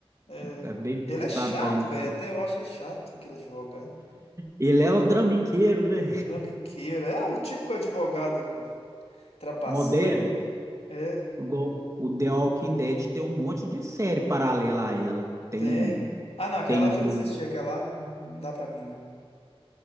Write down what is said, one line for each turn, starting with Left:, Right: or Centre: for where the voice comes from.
Left: É,
Right: É bem
Left: ele
Right: forçado
Left: é chato,
Right: pra gente.
Left: velho, até eu achei chato aquele advogado.
Right: Ele é um trambiqueiro, né?
Left: Trambiqueira. É o típico advogado trapaceiro,
Right: Moderno.
Left: né? É,
Right: Igual o The Walking Dead tem um monte de série paralela a ela. Tem,
Left: tem. Ah, não, aquela
Right: tem
Left: eu já
Right: do.
Left: desisti, aquela lá não dá pra mim, não.